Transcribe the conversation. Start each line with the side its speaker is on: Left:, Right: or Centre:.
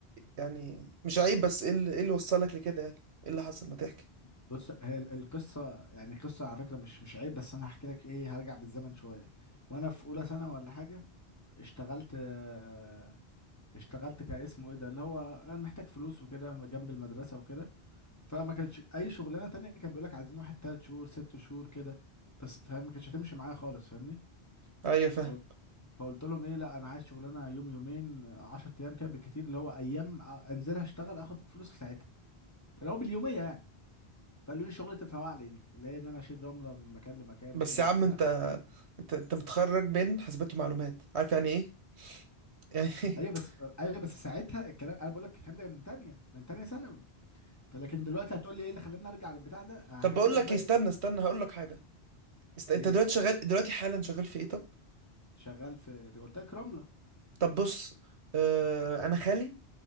Right: يعني مش عيب بس ايه اللي, إيه اللي وصلك لكده يعني ايه اللي حصل ما تحكي
Left: بص هي ال- القصة يعني قصة على فكرة مش مش عيب بس انا هحكي لك ايه هرجع بالزمن شوية وانا في اولى سنة ولا حاجة اشتغلت أه اشتغلت كاسمه ايه ده اللي هو انا محتاج فلوس وكده جنب المدرسة وكده فما كانش اي شغلانه تانية كان بيقول لك عايزين واحد تلات شهور ست شهور كده بس فاهم ما كانتش هتمشي معايا خالص فاهمني
Right: ايوه فاهم
Left: فقلت فقلت لهم ايه لا انا عايز شغلانه يوم يومين 10 ايام كده بالكتير اللي هو ايام أ- انزل اشتغل اخد فلوس في ساعتها اللي هو باليوميه يعني فقالوا لي شغله الفواعلي دي اللي هي ان انا اشيل رمله من مكان لمكان
Right: بس
Left: وكده
Right: يا
Left: وبتاع
Right: عم انت انت انت متخرج من حاسبات ومعلومات عارف يعني ايه يعني
Left: ايوه بس
Right: <laughs>
Left: ايوه بس ساعتها الكلام انا بقول لك الكلام ده من تانية من تانية ثانوي فلكن دلوقتي هتقول لي ايه اللي خلاني ارجع للبتاع ده هحكي
Right: طب بقول
Left: لك
Right: لك
Left: بقى
Right: إيه، استنى
Left: ايه
Right: استنى هقول لك حاجة است... انت
Left: إيه،
Right: دلوقتي شغال دلوقتي حالا شغال في ايه طب
Left: شغال في قلت لك رمله
Right: طب بص آه، انا خالي